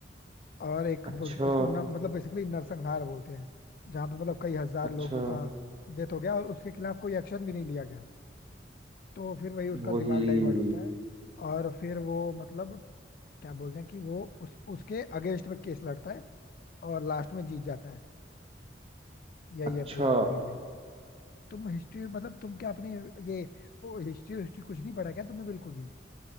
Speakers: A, on the left; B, on the right.
A: और एक
B: अच्छा
A: ब- इसको न, मतलब बेसिकली नरसंहार बोलते हैं जहाँ पे मतलब कई हजार
B: अच्छा
A: लोगों का डेथ हो गया और उसके खिलाफ कोई एक्शन भी नहीं लिया गया तो फिर वही उसका
B: वही
A: दिमाग डाइवर्ट होता है और फिर वो मतलब क्या बोलते हैं कि वो उस उसके अगेंस्ट में केस लड़ता है और लास्ट में जीत जाता है यही
B: अच्छा
A: है पूरी मूवी में तुम हिस्ट्री मतलब तुम क्या अपने ये वो हिस्ट्री हिस्ट्री कुछ नहीं पढ़ा क्या तुमने बिल्कुल भी